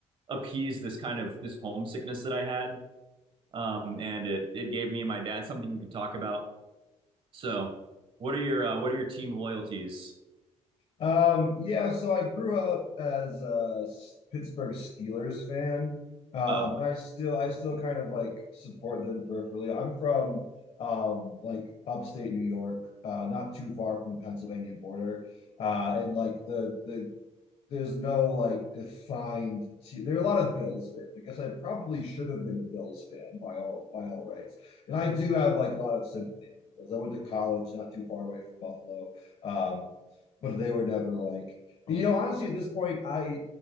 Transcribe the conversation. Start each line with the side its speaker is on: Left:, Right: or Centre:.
Right: appeased this kind of this homesickness that I had. Um, and it it gave me and my dad something we could talk about so, what are your uh, what are your team loyalties?
Left: Um, yeah, so I grew up as a S- Pittsburgh Steelers fan. Um,
Right: Uh-oh.
Left: I still I still kind of like support them peripherally. I'm from um like upstate New York, uh not too far from the Pennsylvania border. Uh and like the the there's no like defined te- there are a lot of Bills fans. I guess I probably should have been a Bills fan by all by all rights. And I do have like a lot of sympathy for the Bills. I went to college not too far away from Buffalo. Um, but they were never like you know, honestly at this point I